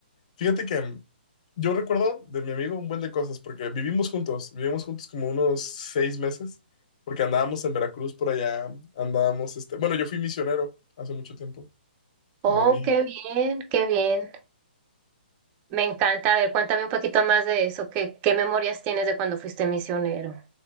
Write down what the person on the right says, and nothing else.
Oh,
qué bien, qué bien. Me encanta. A ver, cuéntame un poquito más de eso. ¿Qué, qué memorias tienes de cuando fuiste misionero?